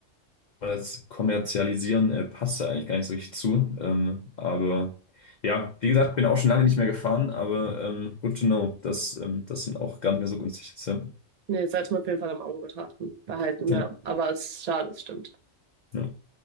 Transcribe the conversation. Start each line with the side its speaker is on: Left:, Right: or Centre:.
Left: Das Kommerzialisieren äh, passt da eigentlich gar nicht so richtig zu. Ähm, aber ja, wie gesagt, bin auch schon lange nicht mehr gefahren, aber ähm, good to know, dass ähm, das sind auch gar nicht mehr so günstig ist. Ja,
Right: nee, sollte man auf jeden Fall im Auge betrachten, behalten, ja.
Left: ja,
Right: Aber es ist schade, es stimmt.
Left: ja.